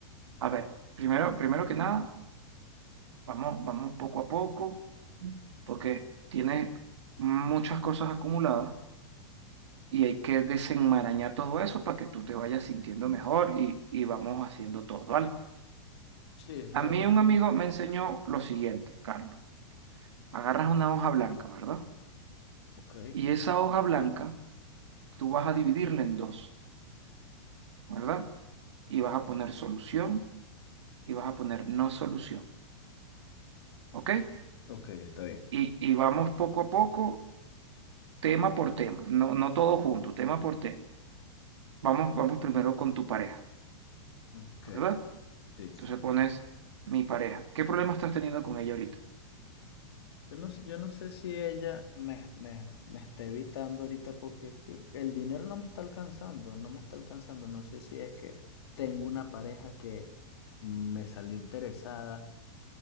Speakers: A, on the right; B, on the left.
A: A ver, primero, primero que nada, vamos, vamos poco a poco, porque tienes muchas cosas acumuladas y hay que desenmarañar todo eso para que tú te vayas sintiendo mejor y, y vamos haciendo todo, ¿vale?
B: Sí, estoy.
A: A mí un amigo me enseñó lo siguiente, Carlos. Agarras una hoja blanca, ¿verdad?
B: Ok,
A: Y esa hoja blanca tú vas a dividirla en dos, ¿verdad? Y vas a poner solución y vas a poner no solución, ¿ok?
B: ok, está bien.
A: Y, y vamos poco a poco, tema por tema, no, no todo junto, tema por tema. Vamos, vamos primero con tu pareja,
B: Ok,
A: ¿verdad?
B: sí,
A: Entonces
B: sí.
A: pones mi pareja. ¿Qué problema estás teniendo con ella ahorita?
B: Yo no sé, yo no sé si ella me, me, me está evitando ahorita porque es que el dinero no me está alcanzando, no me está alcanzando. No sé si es que tengo una pareja que me salió interesada